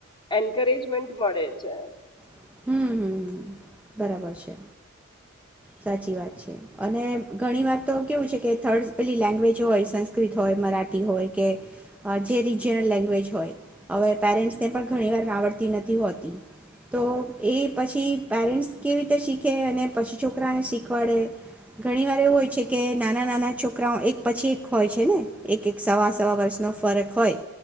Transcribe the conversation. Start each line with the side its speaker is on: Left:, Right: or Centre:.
Left: એન્કરેજમેન્ટ મળે છે.
Centre: હમ્મ બરાબર છે, સાચી વાત છે. અને ઘણી વાર તો કેવું છે કે થર્ડ પેલી લેંગ્વેજ હોય સંસ્કૃત હોય મરાઠી હોય કે જે રીજયનલ લેંગવેજ હોય, હવે પેરેન્ટ્સને પણ ઘણી વાર આવડતી નથી હોતી, તો એ પછી પેરેન્ટ્સ કેવી રીતે શીખે અને પછી છોકરાને શીખવાડે ઘણીવાર એવું હોય છે કે નાના નાના છોકરાઓ એક પછી એક હોય છે ને એક એક સવા સવા વર્ષનો ફરક હોય